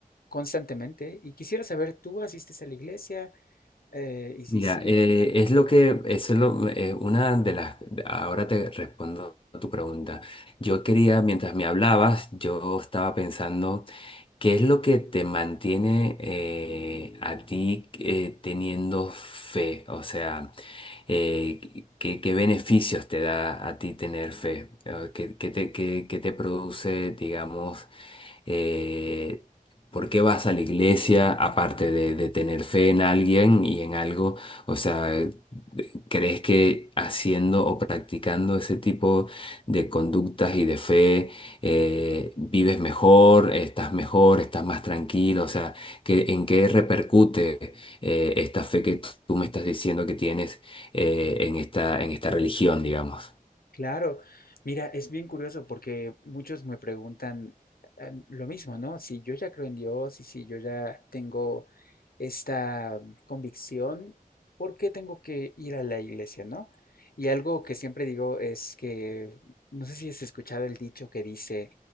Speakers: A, on the left (about 85°); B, on the left (about 35°).
A: constantemente y quisiera saber, ¿tú asistes a la iglesia? Eh, y sí,
B: Mira,
A: sí,
B: eh, es lo que, eso es lo, eh, una de las, ahora te respondo a tu pregunta. Yo quería, mientras me hablabas, yo estaba pensando ¿Qué es lo que te mantiene eh, a ti eh, teniendo fe? O sea, eh, ¿qué, qué beneficios te da a ti tener fe? Eh, ¿Qué, qué te, qué- qué te produce, digamos, eh, por qué vas a la iglesia aparte de, de tener fe en alguien y en algo? O sea, ¿crees que haciendo o practicando ese tipo de conductas y de fe eh, vives mejor, estás mejor, estás más tranquilo, o sea, que, ¿en qué repercute eh, esta fe que tú tú me estás diciendo que tienes eh, en esta, en esta religión, digamos?
A: claro. Mira, es bien curioso porque muchos me preguntan ah, lo mismo, ¿no? Si yo ya creo en Dios y si yo ya tengo esta convicción, ¿por qué tengo que ir a la iglesia, no? Y algo que siempre digo es que, no sé si has escuchado el dicho que dice,